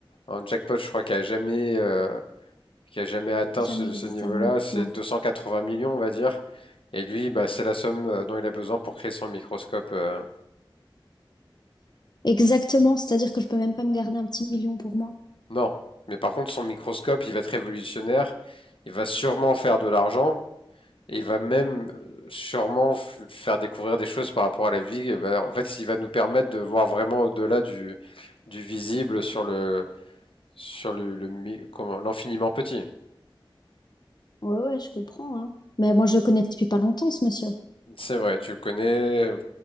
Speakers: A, on the left; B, on the left.
A: un jackpot, je crois, qui a jamais, euh, qui a jamais atteint
B: Jamais
A: ce,
B: existé
A: ce niveau-là,
B: avant.
A: c'est
B: Waouh.
A: 280 millions, on va dire. Et lui, bah, c'est la somme euh, dont il a besoin pour créer son microscope. euh,
B: Exactement, c'est-à-dire que je peux même pas me garder un petit million pour moi.
A: Non, mais par contre, son microscope, il va être révolutionnaire. Il va sûrement faire de l'argent. Et il va même euh, sûrement faire découvrir des choses par rapport à la vie. bah, en fait, il va nous permettre de voir vraiment au-delà du, du visible sur le sur le, le comment- l'infiniment petit.
B: Ouais, ouais, je comprends, hein. Mais moi, je le connais depuis pas longtemps, ce monsieur.
A: C'est vrai, tu le connais. euh,